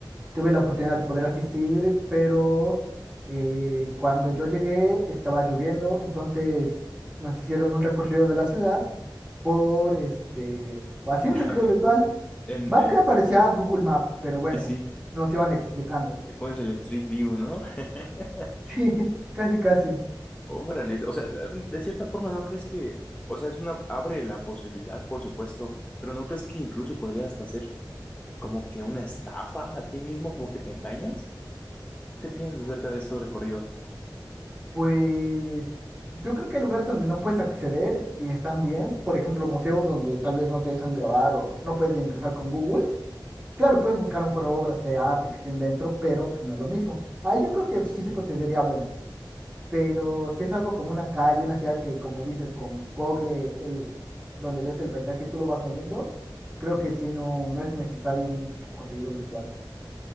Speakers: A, on the right; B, on the left.
A: tuve la oportunidad de poder asistir, pero eh, cuando yo llegué estaba lloviendo, entonces nos hicieron un recorrido de la ciudad por este, pues, así un
B: <laughs>
A: recorrido virtual,
B: En,
A: más
B: en,
A: que aparecía Google Maps, pero bueno,
B: sí, sí,
A: nos iban explicando.
B: que pones el Street View, ¿no? <laughs>
A: <laughs> Sí, casi, casi.
B: Órale, o sea, de cierta forma, ¿no crees que, o sea, es una, abre la posibilidad, por supuesto, pero ¿no crees que incluso podrías hasta hacer como que una estafa a ti mismo, como que te engañas? ¿Tú qué piensas acerca de estos recorridos?
A: Pues yo creo que hay lugares donde no puedes acceder y están bien, por ejemplo, museos donde tal vez no te dejan grabar o no puedes ingresar con Google. Claro, puedes buscar a lo mejor obras de arte que estén dentro, pero pues no es lo mismo. Ahí yo creo que
B: Sí,
A: sí
B: Sí,
A: se consideraría bueno, pero si es algo como una calle, una ciudad que como dices, con Google, el, donde ves el paisaje, y tú lo vas moviendo, creo que sí no, no es necesario un recorrido virtual.